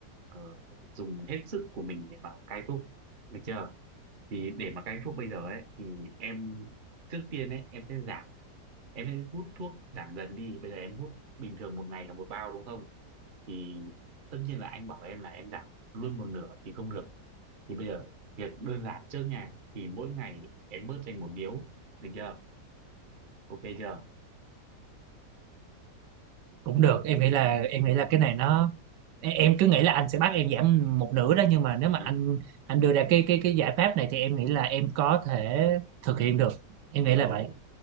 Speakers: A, on the right; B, on the right.
A: ờ, dùng hết sức của mình để mà cai thuốc được chưa thì để mà cai thuốc bây giờ ấy thì em trước tiên ấy em sẽ giảm em sẽ hút thuốc giảm dần đi bây giờ em hút bình thường một ngày là một bao đúng không thì tất nhiên là anh bảo em là em giảm luôn một nửa thì không được thì bây giờ việc đơn giản trước nha thì mỗi ngày em bớt thành một điếu được chưa ok chưa
B: cũng được em nghĩ là em nghĩ là cái này nó em em cứ nghĩ là anh sẽ bắt em giảm một nửa đó nhưng mà nếu mà
A: Ừ,
B: anh anh đưa ra cái cái cái giải pháp này thì em nghĩ là em có thể thực hiện được em
A: rồi
B: nghĩ là vậy